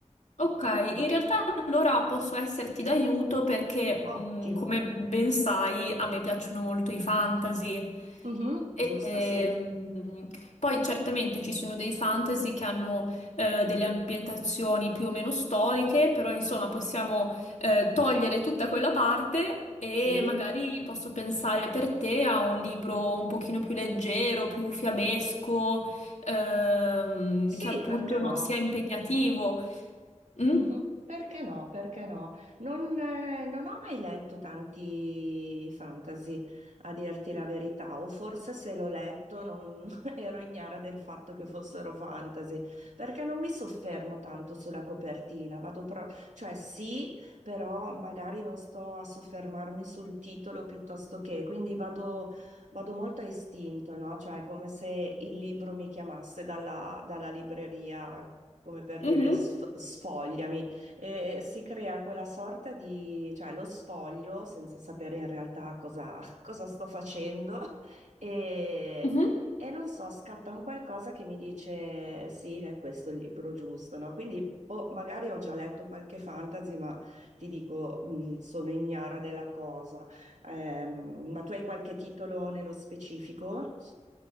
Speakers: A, on the left; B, on the right.
A: Ok, in realtà allora posso esserti d'aiuto perché,
B: Ottimo.
A: mh, come ben sai, a me piacciono molto i fantasy.
B: Mhm,
A: E,
B: giusto,
A: ehm,
B: sì.
A: poi certamente ci sono dei fantasy che hanno eh, delle ambientazioni più o meno storiche, però insomma possiamo eh, togliere tutta quella parte e
B: Sì,
A: magari posso pensare per te a un libro un pochino più leggero, più fiabesco, ehm,
B: sì,
A: che appunto
B: perché no?
A: non sia impegnativo. Mm?
B: Mhm. Perché no? Perché no? Non, eh, non ho mai letto tanti fantasy, a dirti la verità, o forse se l'ho letto non <laughs> ero ignara del fatto che fossero fantasy, perché non mi soffermo tanto sulla copertina, vado pro- cioè sì, però magari non sto a soffermarmi sul titolo piuttosto che, quindi vado, vado molto a istinto, no? Cioè è come se il libro mi chiamasse dalla dalla libreria come per
A: Mhm,
B: dire sf- sfogliami, e si crea quella sorta di, cioè lo sfoglio senza sapere in realtà cosa, <laughs> cosa sto facendo e,
A: mhm.
B: e non so, scatta un qualcosa che mi dice sì, è questo il libro giusto, no? Quindi boh, magari ho già letto qualche fantasy, ma ti dico, mh, sono ignara della cosa. Ehm, ma tu hai qualche titolo nello specifico?